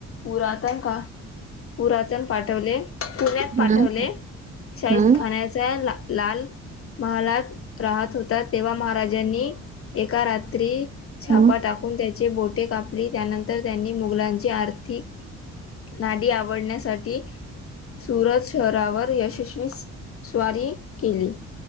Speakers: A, on the left; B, on the right.
A: उरातन का पुरातन पाठवले पुण्यात पाठवले.
B: हम्म
A: शाईस
B: हम्म
A: खाण्याचा ला लाल महालात राहत होता तेव्हा मा त्यांनी एका रात्री छापा
B: हम्म
A: टाकून त्याचे बोटे कापली त्यानंतर तर त्यांनी मुघलांची आर्थीक नाडी आवळण्यासाठी सुरज थरावर यशस्वी स्वारी केली.